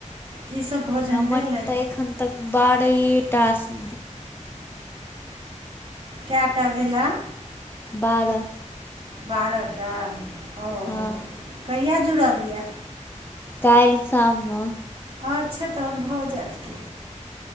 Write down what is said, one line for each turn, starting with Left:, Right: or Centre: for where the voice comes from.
Right: की सब भोजन
Left: हमर
Right: भेलै
Left: तऽ' एखन तक बारेहेटा टास <inaudible>
Right: केटा भेला
Left: बारह
Right: बारहटा हं
Left: हँ
Right: कहिआ जुड़लिये
Left: काईल साम म
Right: अच्छा तहन भऽ 'जायत कि